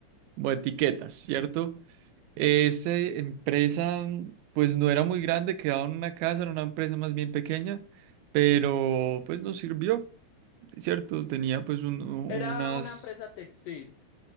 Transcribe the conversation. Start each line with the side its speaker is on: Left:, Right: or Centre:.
Right: como de etiquetas, ¿cierto? Esta empresa, pues no era muy grande, quedaba en una casa, era una empresa más bien pequeña, pero pues nos sirvió, ¿cierto? Tenía pues un- u-
Left: Era
Right: unas...
Left: una empresa textil.